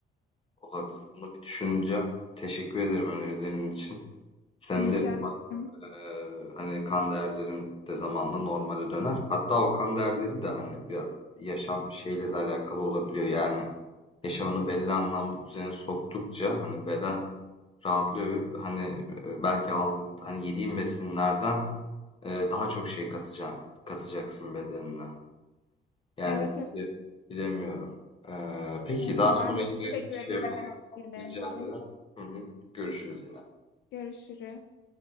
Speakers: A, on the left; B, on the left.
A: Olabilir. Bunu bir düşüneceğim. Teşekkür ederim önerilerin için. Sen
B: Rica
A: de bak,
B: ederim.
A: eee, hani kan değerlerin de zamanla normale döner. Hatta o kan değerleri de hani biraz yaşam şeyle de alakalı olabiliyor. Yani yaşamını belli anlamda düzene soktukça hani beden rahatlıyor ve hani e, belki al, hani yediğin besinlerden e, daha çok şey katacak, katacaksın bedenine. Yani
B: Evet
A: bile-
B: evet
A: bilemiyorum. Eee, peki
B: evet.
A: daha sonra
B: Ben de
A: yine
B: teşekkür
A: şey
B: ederim
A: yapalım.
B: tavsiyelerin
A: Rica
B: için.
A: ederim. Hı hı. Görüşürüz yine.
B: Görüşürüz.